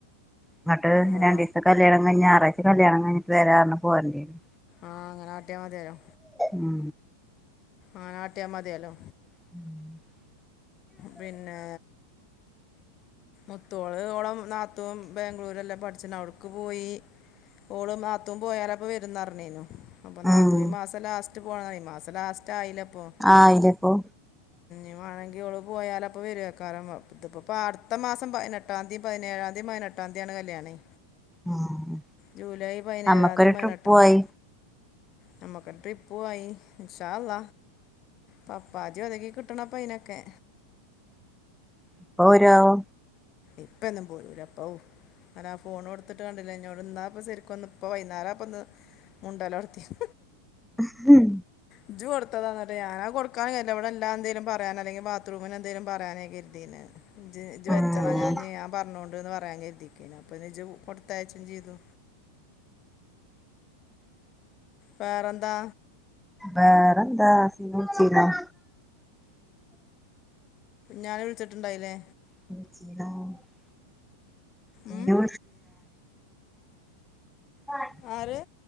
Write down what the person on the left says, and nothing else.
ഉം,
ആ
ആഹ് അങ്ങനെ കാട്ടിയാ മതിയല്ലേ
ആ നാട്ടിയാ മതിയല്ലോ
പിന്നെ മുത്തോള് നാത്തൂൻ ബാംഗ്ലൂർല്ലാം പഠിച്ച്ണ് അവടുക്ക് പോയി. ഓള് മാത്തുൻ പോയാല് പ്പോ വരുന്നറിഞ്ഞേനു. അപ്പൊ നാത്തന്
ഈ മാസം ലാസ്റ്റ് പോകണം ഈ മാസം ലാസ്റ്റ് ആയില്ല. ഇപ്പൊ
ഇ വേണെങ്കി ഓള് പോയാല് പ്പം വരുവക്കാലം. ഇപ്പോ അടുത്ത മാസം പതിനൊട്ടാംതി പതിനേഴാം തീയതി, പതിനെട്ടാംതിയതി, യാണേ കല്യാണം.
ജൂലൈ പതിനേഴാം
തീയതി പതിനെട്ടാംയതി.
നമ്മുക്ക് ട്രിപ്പ് പോയി ഇൻഷാളള പപ്പാജി ഒതുക്കി കിട്ടണം അതി നൊക്കെ.
ഇപ്പൊന്നും പോരുല്ല അപ്പൗ ഞൻ ആ ഫോൺ കൊടുത്തിട്ട് കണ്ടില്ലോ എന്നോട്. ഇാപ്പോ ശരിക്കും ഒന്ന് ഇപ്പ വൈകേരംപ്പൊന്ന് മുണ്ട ല് തോടത്തിത്
ഇജ്ജ് കൊടുത്താന്നട്ട് ഞാനാ കൊടുക്കാന എവിടെ എല്ല എന്തങ്കിലും പറയാന അെങ്ക ബാത്റൂമിന എന്തെങ്കലും പറയാനേ കരുതി ഇത്
വെച്ചടാ ഞാൻ ഞാൻ പറഞ്ഞോണ്ടണ്ട്ന്ന് പറയാൻ കരുതിക്കും. അപ്പ ഇജി കൊടുത്തയച്ചും ചെയ്തു. വോറന്താ.
ഞാന് വിളിച്ചിട്ടുണ്ടായില്ലേ.
ഉം
ആര്